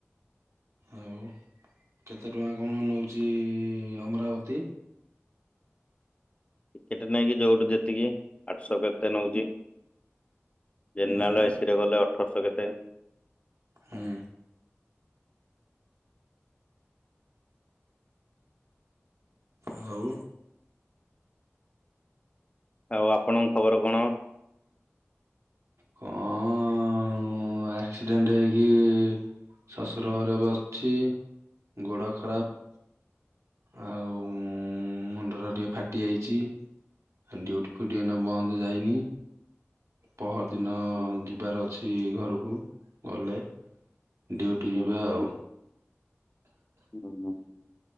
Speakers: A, on the right; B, on the left.
A: ଆଉ କେତେ ଟଙ୍କା କଣ ନଉଛି ଅମରାବତୀ?
B: ଟିକେଟ ନେଇକି ଯୋଉଠୁ ଯେତିକି ଆଠଶହ କେତେ ନଉଛି। ଜେନେରାଲ
A: ହୁଁ
B: ଏସିି ରେ ଗଲେ ଅଠରଶହ କେତେ
A: ହୁଁ ଆଉ
B: ଆଉ ଆପଣଙ୍କ ଖବର କଣ?
A: କ ‌ଅ ମୁଁ ଆକ୍ସିଡେଣ୍ଟ ହେଇକି ଶଶୁର ଘରେ ବସିଛି। ଗୋଡ଼ ଖରାପ ଆଉ ମୁଣ୍ଡଟା ଟିକେ ଫାଟିଯାଇଛି। ଡ୍ୟୁଟି ଫିଉଟି ଏଇନା ବନ୍ଦ ଯାଇନି। ପହରଦିନ
B: ହୁଁ
A: ଯିବାର ଅଛି ଘରକୁ ଗଲେ ଡ୍ୟୁଟି
B: ହୁଁ
A: ଯିବା ଆଉ।
B: ହୁଁ